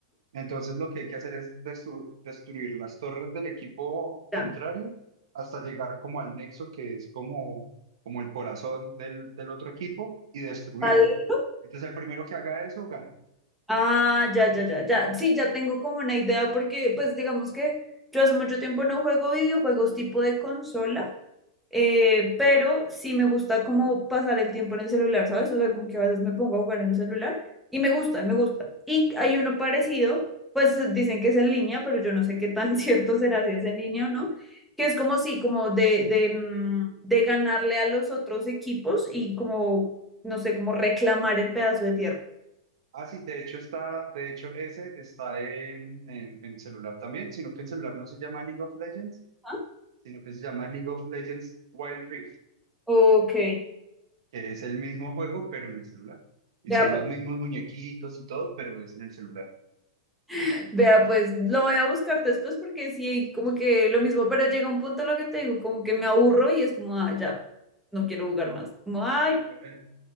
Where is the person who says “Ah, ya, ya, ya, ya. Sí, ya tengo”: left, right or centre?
Centre